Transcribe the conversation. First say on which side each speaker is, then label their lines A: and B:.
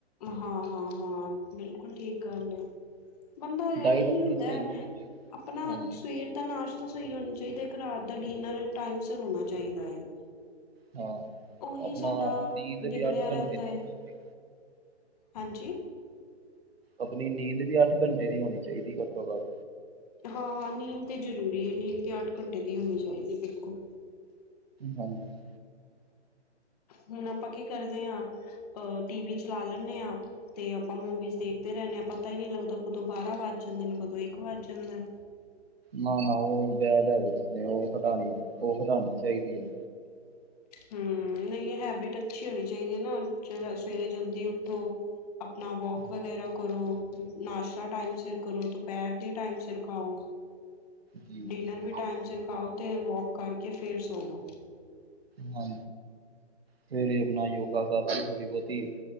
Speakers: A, on the left; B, on the right.
A: ਹਾਂ-ਹਾਂ-ਹਾਂ ਬਿਲਕੁਲ ਠੀਕ ਗੱਲ ਏ। ਮਨੋ ਐਹੀ
B: ਡਾਇਟ ਆਪਣੀ
A: ਹੁੰਦਾ
B: ਸਹੀ ਹੋਣੀ ਚਾਹੀਦੀ।
A: ਅਪਣਾ
B: ਹਾਂਜੀ
A: ਸਵੇਰ ਦਾ ਨਾਸ਼ ਤਾ ਸਹੀ ਹੋਣਾ ਚਾਇਦਾ ਇੱਕ ਰਾਤ ਦਾ ਡਿਨਰ ਟਾਈਮ ਸਿਰ ਹੋਣਾ ਚਾਇਦਾ ਏ।
B: ਹਾਂ
A: ਉਹੀ
B: ਆਪਣਾ
A: ਸਾਡਾ
B: ਨੀਂਦ
A: ਵਿਗੜਿਆ
B: ਵੀ ਅੱਠ
A: ਰਹਿੰਦਾ
B: ਘੰਟੇ ਦੀ
A: ਏ
B: ਹੋਣੀ ਚਾਹੀ
A: ਹਾਂਜੀ
B: ਅਪਣੀ ਨੀਂਦ ਵੀ ਅੱਠ ਘੰਟੇ ਦੀ ਹੋਣੀ ਚਾਇਦੀ ਘੱਟੋ-ਘੱਟ
A: ਹਾ-ਹਾਂ ਨੀਂਦ ਤੇ ਜ਼ਰੂਰੀ ਏ, ਨੀਂਦ ਤੇ ਅੱਠ ਘੰਟੇ ਦੀ ਹੋਣੀ ਚਾਇਦੀ ਬਿਲਕੁੱਲ।
B: ਹਾਂਜੀ।
A: ਹੁਣ ਆਪਾਂ ਕੀ ਕਰਦੇ ਆ ਅਹ ਟੀ ਵੀ ਚਲਾ ਲੇਣੇ ਆ ਤੇ ਆਪਾਂ ਮੂਵੀਜ਼ ਦੇਖਦੇ ਰੈਣੇ੍ ਆ ਪਤਾ ਈ ਨੀ ਲੱਗਦਾ ਕਦੋਂ ਬਾਰਾਂ ਵੱਜ ਜਾਂਦੇ ਨੇ ਕਦੋਂ ਇੱਕ ਵੱਜ ਜਾਂਦਾ।
B: ਨਾ-ਨਾ ਓ ਬੈਡ ਹੈਬਿਟਸ ਨੇ ਓ ਹਟਾਣੀ-ਓ ਹਟਾਣੀ ਚਾਇਦੀ ਐ।
A: ਹੂੰ ਨਹੀਂ ਹੈਬਿਟ ਅੱਛੀ ਹੋਣੀ ਚਾਇਦੀ ਏ ਨਾ ਜ ਸਵੇਰੇ ਜਲਦੀ ਉੱਠੋ ਅਪਣਾ ਵੋਕ
B: ਹਮ,
A: ਵਗੈਰਾ ਕਰੋ ਨਾਸ਼ਤਾ ਟਾਈਮ ਸਿਰ ਕਰੋ ਦੁ ਦੋਪੈਰ ਦੀ ਟਾਈਮ ਸਿਰ ਖਾਓ,
B: ਜੀ
A: ਡਿਨਰ
B: ਜੀ ਬਿਲਕੁਲ
A: ਵੀ ਟਾਈਮ ਸਿਰ ਖਾਓ ਤੇ ਵੋਕ ਕਰਕੇ ਫੇਰ ਸੋਵੋ।
B: ਹਾਂ ਫੇਰ ਆਪਣਾ ਯੋਗਾ ਕਰ ਲਈ ਥੋੜੀ-ਬੋਤੀ